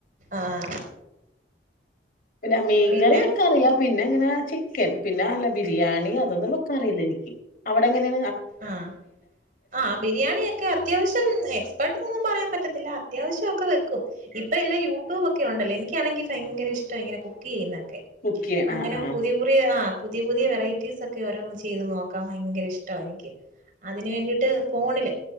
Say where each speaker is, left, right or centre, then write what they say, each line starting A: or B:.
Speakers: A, on the right; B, on the left.
A: ആഹ്
B: പിന്നെ മീൻകറി
A: പിന്നെ
B: വെക്കാൻ അറിയാം പിന്നെ എങ്ങനൊ ചിക്കൻ പിന്നെ അല്ല ബിരിയാണി അതൊന്നും വെക്കാനറി യില്ലനിക്ക് അവിടെങ്ങനെയ
A: ആഹ ആ ബിരിയാണിയൊക്കെ അത്യാവശ്യം എക്സ്പർട്ട് നൊന്നും പറയാൻ പറ്റത്തില്ല അത്യാവശ്യ ഒക്കെ വെക്കും ഇപ്പൊ എല്ലാം യൂട്യൂബ് ഒക്കെ ഉണ്ടല്ലോ എനിക്കാണെങ്കിൽ ഭയങ്കര ഇഷ്ട ഇങ്ങനെ കുക്ക് ചെയ്യുന്നെ
B: കുക്ക് ചെയ്യാൻ
A: അങ്ങനെ
B: ആ ആ
A: പുതിയ പുതിയ ആ പുതിയ പുതിയ വെ വെറൈറ്റീസ്‌ ഒക്കെ ഓരോന്ന് ചെയ്ത് നോക്കാ ഭയങ്കര ഇഷ്ടാണ് എനി ക് അതിന് വേണ്ടി ഫോണില്